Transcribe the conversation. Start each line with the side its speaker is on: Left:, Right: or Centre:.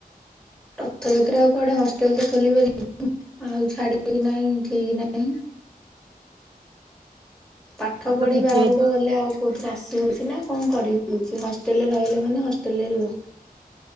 Centre: ରଥଯାତ୍ରା ଆଉ କୁଆଡେ? ହଷ୍ଟେଲ ତ ଖୋଲିବ <unintelligible> ଆଉ ଛାଡିବେ କି ନାହିଁ ଠିକ ନାହିଁ। ପାଠ
Right: ତୁ
Centre: ପଢ଼ି
Right: ତ ଫିଟି
Centre: ବାହାରକୁ
Right: ଯାଇଥିବୁ।
Centre: ଗଲେ ଆଉ କୋଉଠି ଆସି ହଉଛି ନା କଣ କରିହଉଛି, ହଷ୍ଟେଲରେ ରହିଲେ ଭଲ ହଷ୍ଟେଲରେ ରୁହ।